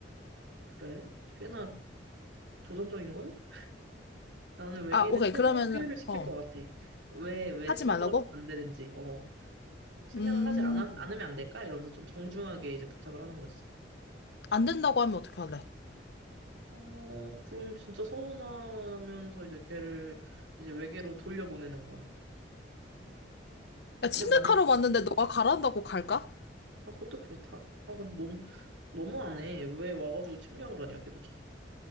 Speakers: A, on the right; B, on the left.
A: 그래? 꽤나 도전적인걸? 나는 외계인을
B: 아, 오케이.
A: 최대한
B: 그러면은,
A: 회유를 시킬
B: 어,
A: 것 같아. 왜, 왜
B: 하지
A: 침략을
B: 말라고?
A: 하면 안 되는지, 어. 침략을
B: 음,
A: 하지 않아, 않으면 안 될까? 이러면서 좀 정중하게 이제 부탁을 하는 거지.
B: 안 된다고 하면 어떻게 할래?
A: 어, 그럼 진짜 서운하면서 이제 걔를 이제 외계로 돌려보내는 거야.
B: 야, 침략하러
A: 근데 만약에,
B: 왔는데 너가 가란다고 갈까?
A: 아, 그것도 그렇다. 아, 근데 너무, 너무 안 해. 왜 와가지고 침략을 하냐, 걔도 참.